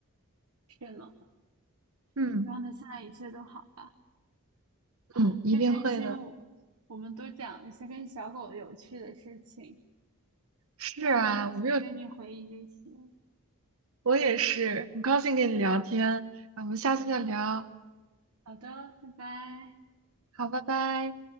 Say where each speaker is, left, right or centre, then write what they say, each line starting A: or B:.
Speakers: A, on the right; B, on the right.
A: <clears throat> 天呢。
B: 嗯
A: 希望他现在一切都好吧。啊，
B: 嗯，一定会的。
A: 真开心我，我们都讲了一些跟小狗有趣的事情，
B: 是啊，
A: 非常开心跟你回忆这些。
B: 我没有，我也是，很高兴跟你聊天。那我们下次再聊，
A: 好的，拜拜。
B: 好，拜拜。